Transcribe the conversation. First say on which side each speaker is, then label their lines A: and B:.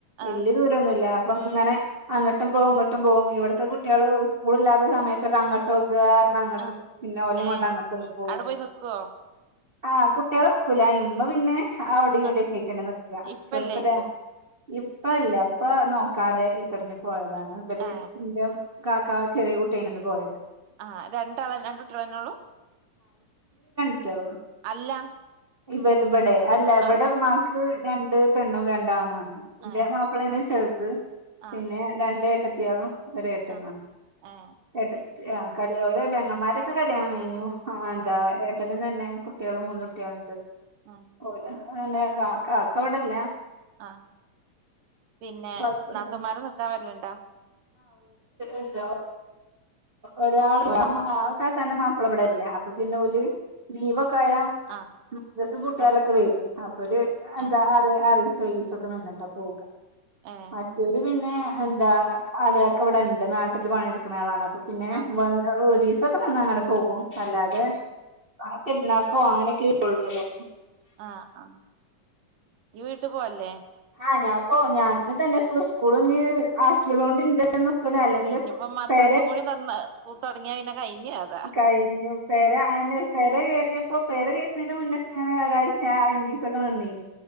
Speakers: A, on the right (about 25°); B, on the right (about 75°).
A: വലിയ
B: ആഹ്
A: ദൂരമൊന്നുല്ല അപ്പ ഇങ്ങനെ അങ്ങോട്ടും പോകും ഇങ്ങോട്ടും പോകും ഇവിടത്തെ കുട്ടികൾ സ്കൂളില്ലാത്ത സമയതേക്ക അങ്ങട്ടും അത് കാരണം അങ്ങോട്ട്
B: ആഹ്
A: പിന്നെ ഒല്ലം
B: ഏ
A: കൊണ്ട് അങ്ങോട്ടൊ ഒന്ന് പോകും
B: അവിടെ പോയി നിക്കുവോ
A: ആഹ് കുട്ടികളെ നിക്കൂലാ ഇന്നു പിന്നെ അവിടെ ഇവിടെ
B: ഏ
A: കഴിക്കണ നിക്ക
B: ഇപ്പല്ലേക്കോ
A: ചെലപ്പ ഇപ്പല്ലേ അപ്പ നോക്കാതെ ഈ പറഞ്ഞ് പോയതാണ് <unintelligible>
B: ഏ
A: കാക്ക ചെറിയ കുട്ടിയിനന്ന് പോയത്
B: ആഹ് രണ്ടാള രണ്ട് കുട്ടികളന്നേയുള്ളൂ
A: കുട്ടിയള
B: അല്ല
A: ഇവരും ഇവിടെ അല്ല ഇവിടെ
B: ആഹ്
A: ഉമ്മാക്ക് രണ്ട് പെണ്ണും രണ്ട് ആണും ആണ് എൻ്റെ
B: ഏ
A: മാപ്പിളയാണ് ചെറുത്
B: ആഹ്
A: പിന്നെ രണ്ടേട്ടത്തി കുട്ടികളും ഒരു ഏട്ടനും
B: ആഹ്
A: ആണ്
B: ഏ
A: എട്ട ആഹ് കല് ഓരോ പെങ്ങാമാരൊക്കെ കല്യാണം കഴിഞ്ഞു ആ ന്താ
B: ആഹ്
A: ഏട്ടനും തന്നെ കുട്ടിളും മൂന്ന് കുട്ടിൾ
B: ആഹ്
A: ണ്ട് <unintelligible> അല്ലെ കാക്ക ഇവിടല്ല
B: ആ പിന്നെ
A: കൊഴപ്പൊന്നുല്ല
B: നാത്തൂമാര് നിക്കാ വേരല്ണ്ടോ
A: എന്താ ഒരാൾ സാ തന്റെ മാപ്പിള ഇവിടെല്ല അപ്പൊ പിന്നെ ഒരു ലീവൊ
B: ആഹ്
A: <unintelligible> ദ്രസ് പൂട്ടിയാലൊക്കെ
B: ആഹ്
A: വെരും അപ്പോര് ന്താ
B: ഏ
A: ആറിസം ഒരി സൊക്കെ നിന്നിട്ടാ പോക
B: ഏ
A: മറ്റൊല് പിന്ന പിന്നെ എന്ത അളിയാക്ക ഇവിടെണ്ട് നാട്ടിൽ പണിയെടുക്കുന്ന ആളാണ് അപ്പോ പിന്നെ
B: ആഹ്
A: വ ൊക്കെന്ന അങ്ങനെ പോകും അല്ലാതെ
B: ആഹ്
A: പേർന്നക്കോ അങ്ങനൊക്കെ ഉള്ളൂ അല്ലോ
B: ആഹആ <unintelligible> ഇട്ട് പോല്ലേ
A: ആഹ് ഞാൻപ്പോ ഞാന് തന്നെ ഇപ്പൊ സ്കൂള ഒ ആക്കിയതൊണ്ട്ിണ്ട് ന അല്ലെങ്കിൽ
B: ഇനിയിപ്പോ മദ്രസും
A: പേ
B: കൂടി തൊറന്ന് തൊടങ്ങിയാ പിന്നെ കഴിഞ്ഞ് കഥ
A: കഴിഞ്ഞു പ അ പര കറിയപ്പോ പേര കേയട്ട്ണിന്റെ ന്റെ മുന്നേക്കെ ഇങ്ങനെ ഒരാഴ്ച അഞ്ചു സൊക്കെ നന്നീു